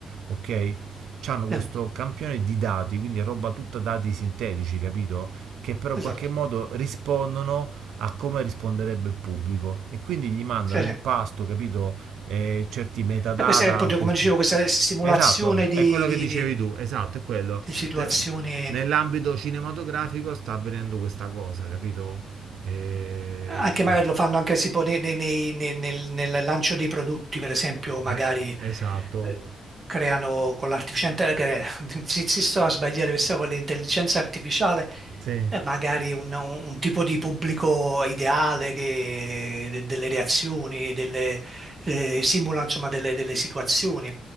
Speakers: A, on the right; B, on the right.
A: ok? C'hanno questo
B: Eh,
A: campione di dati, quindi è roba tutta dati sintetici, capito? Che però
B: esatto,
A: in qualche modo rispondono a come risponderebbe il pubblico e quindi gli mandano
B: sì, sì.
A: in pasto, capito, eh, certi metadata.
B: E questa è proprio,
A: questi-
B: come dicevo, questa simulazione
A: Esatto,
B: di,
A: è quello
B: di-
A: che dicevi
B: di-
A: tu, esatto, è quello.
B: di situazioni.
A: Te- Nell'ambito cinematografico sta avvenendo questa cosa, capito? Eh,
B: Anche
A: chi-
B: magari lo fanno anche tipo nei- nei- nei- nei- nel, nel lancio dei prodotti, per esempio, magari
A: eh, esatto,
B: eh, creano con l'artificiale, cre- <laughs> si, si sto a sbagliare, questa con l'intelligenza artificiale,
A: sì,
B: eh, magari un, un tipo di pubblico ideale che de- delle reazioni, delle, eh, simula insomma delle delle situazioni,